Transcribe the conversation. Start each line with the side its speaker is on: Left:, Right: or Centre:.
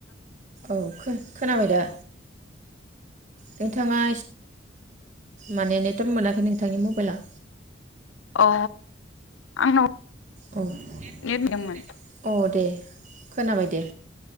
Right: औ खो खोनाबाय दा? नोंथाङा इस माने नेटवर्क मोनाखै नोंथांनि मबाइला।
Left: औ आंनाव
Right: औ
Left: नेट नांदोंमोन
Right: अ दे। खोनाबाय दे।